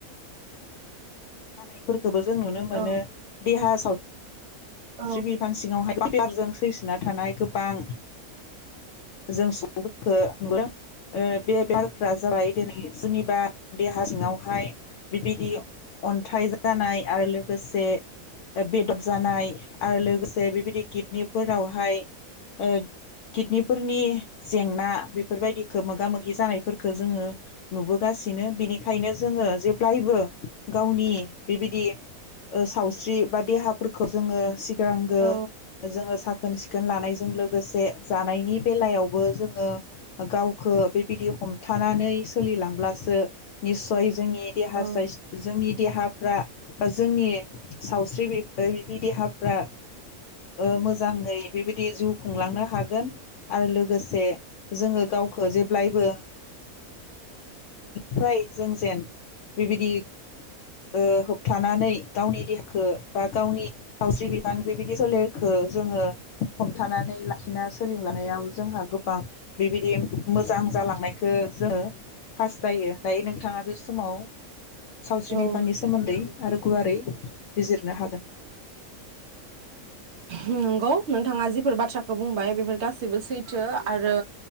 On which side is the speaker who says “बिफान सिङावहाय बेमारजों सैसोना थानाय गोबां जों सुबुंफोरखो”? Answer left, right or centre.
Left